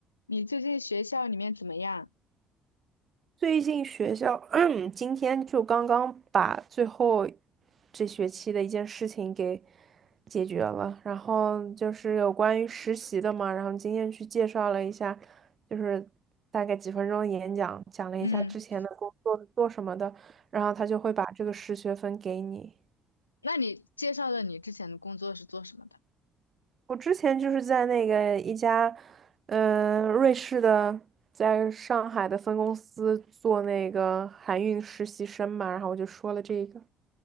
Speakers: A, on the left; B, on the right.
A: 你最近学校里面怎么样？
B: 最近学校，<clears throat> 今天就刚刚把最后这学期的一件事情给解决了，然后就是有关于实习的嘛，然后今天去介绍了一下，就是大概几分钟的演讲，讲了一下之前的工作是做什么的，
A: 嗯，
B: 然后他就会把这个实学分给你。
A: 那你介绍的你之前的工作是做什么的？
B: 我之前就是在那个一家，嗯、瑞士的。在上海的分公司做那个海运实习生嘛，然后我就说了这个。